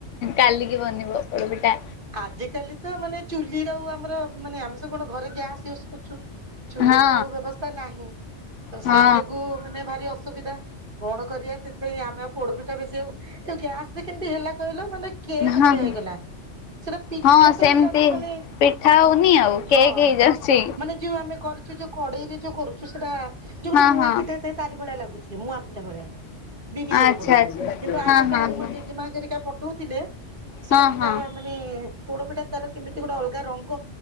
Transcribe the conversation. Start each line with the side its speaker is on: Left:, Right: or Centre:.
Left: କାଲିକି ବନିବ ପୋଡପିଠା।
Right: ଆଜ କାଲି ତ ମାନେ ଚୁଲି ର ଆର ମାନେ ଆମେ କଣ ଘରେ ଗ୍ୟାସ୍ ଇଉଜ କରୁଛୁ ଚୁଲି
Left: ହଁ
Right: ର ବ୍ୟବସ୍ଥା ନାହିଁ। ତ
Left: ହଁ
Right: ସେଇ ଯୋଗୁ ମାନେ ଭାରି ଅସୁବିଧା। କଣ କରିବା ସେଥିପାଇଁ ଆମେ ଆ ପୋଡପିଠା ବେଶୀ ଆଉ ଗ୍ୟାସ ରେ କେମିତି ହେଲା କହିଲ। ମାନେ କେକ୍
Left: ହଁ ହଁ।
Right: ଭଳିଆ ହେଇଗଲା। ସେଟା ପିଠା
Left: ହଁ
Right: ତ
Left: ସେମିତି
Right: ହେଲାନି ମାନେ
Left: ପିଠା ହଉନି ଆଉ କେକ୍
Right: ହଁ
Left: ହେଇଯାଉଛି।
Right: ମାନେ ଯଉ ଆମେ କରିଛୁ ଯୋଉ କଡେଇରେ ଯୋଉ କରୁଛୁ ସେଟା ଯୋଉ
Left: ହଁ
Right: ଗୋଟେ ମୁୂଆ
Left: ହଁ
Right: ପିଠା ଏଥିରେ ତାରି ଭଳିଆ ଲାଗୁଛି ମୁଁ <inaudible> ଭଳିଆ। ବିରିରେ
Left: ଆଚ୍ଛା
Right: କରୁଛି
Left: ଆଚ୍ଛା
Right: କିନ୍ତୁ ଆଗ
Left: ହଁ
Right: କାଳରେ
Left: ହଁ
Right: ମୋ
Left: ହଁ।
Right: ଜେଜେ ମାଙ୍କରିକା ପଠଉଥିଲେ ସେଟା
Left: ହଁ
Right: ପୁରା
Left: ହଁ
Right: ମାନେ ପୋଡପିଠା ତାର କେମିତି ଗୋଟେ ଅଲଗା ରଙ୍ଗ